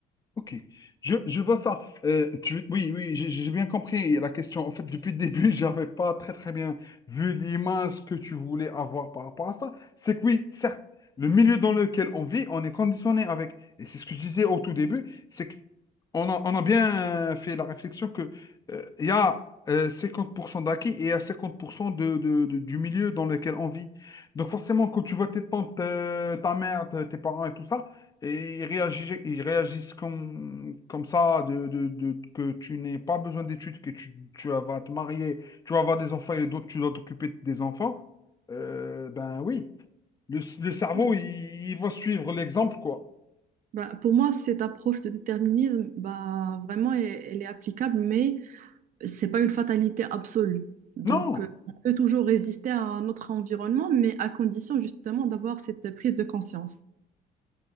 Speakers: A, on the left; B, on the right.
A: Ok, je, je vois ça. Euh, tu, oui, oui, j'ai j'ai bien compris la question. En fait, depuis le début, <laughs> j'avais pas très très bien vu l'image que tu voulais avoir par rapport à ça. C'est que oui, certes, le milieu dans lequel on vit, on est conditionné avec. Et c'est ce que je disais au tout début, c'est que on a, on a bien euh, fait la réflexion que euh, il y a euh, 50% d'acquis et il y a 50% de, de- de- du milieu dans lequel on vit. Donc forcément, quand tu vois tes tantes, euh, ta mère, te- tes parents et tout ça, et ils réagissent, ils réagissent comme, comme ça, de, de- de- que tu n'aies pas besoin d'études, que tu, tu vas te marier, tu vas avoir des enfants et d'autres, tu dois t'occuper des enfants. Euh, ben oui, le, le cerveau,
B: Ouais.
A: il, il va suivre l'exemple, quoi.
B: Bah, pour moi, cette approche de déterminisme, bah, vraiment, elle, elle est applicable, mais c'est pas une fatalité absolue. Donc,
A: Non,
B: euh, on peut toujours résister à notre environnement, mais à condition justement d'avoir cette prise de conscience.